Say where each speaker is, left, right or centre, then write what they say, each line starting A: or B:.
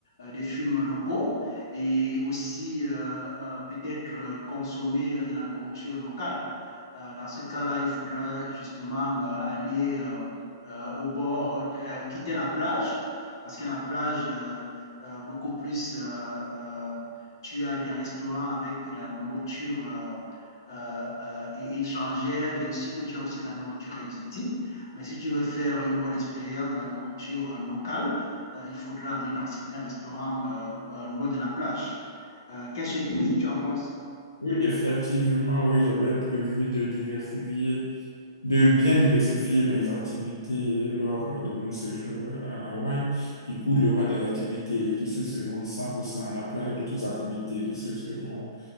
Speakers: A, on the left; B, on the left.
A: euh, des films locaux et aussi euh, euh, peut-être euh, consommer de la nourriture locale? Euh, dans ce cas-là, il faudra justement euh, aller euh, euh, au bord, euh, quitter la plage, parce que la plage, euh, euh, beaucoup plus euh, euh, tu as des restaurants avec la nourriture euh, euh, euh, étrangère, bien sûr que tu as aussi de la nourriture exotique, mais si tu veux faire une bonne expérience de la nourriture euh, locale, euh, il faudra aller dans certains restaurants euh, euh, loin de la plage. Euh, qu'est-ce que qu'est-ce que tu en penses?
B: Oui, effectivement, oui, j'avais prévu de diversifier de bien diversifier mes activités lors de mon séjour à Hawaï. Du coup, il y aura des activités qui se feront 100% à la plage et d'autres activités qui se feront